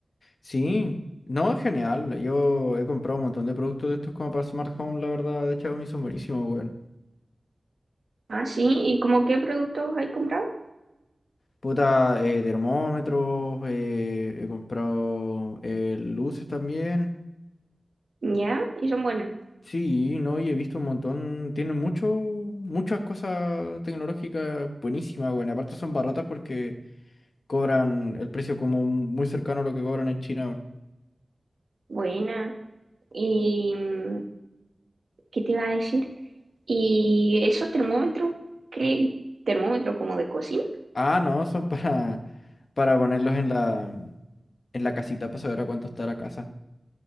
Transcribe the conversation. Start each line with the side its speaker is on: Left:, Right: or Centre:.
Left: Sí, no, es genial. Yo he comprado un montón de productos de estos como para Smart Home, la verdad, de Xiaomi son buenísimos, weón.
Right: Ah, sí, ¿y como qué productos hay comprado?
Left: Puta, eh, termómetros, eh, he comprado eh, luces también.
Right: Ya, y son buenas.
Left: Sí, no, y he visto un montón, tienen mucho, muchas cosas tecnológicas buenísimas, weón. Aparte son baratas porque cobran el precio como muy cercano a lo que cobran en China.
Right: Buena. ¿Y mm, qué te iba a decir? ¿Y eso termómetro? ¿Qué termómetro como de cocina?
Left: Ah, no, son <laughs> para, para ponerlos en la, en la casita para saber a cuánto está la casa.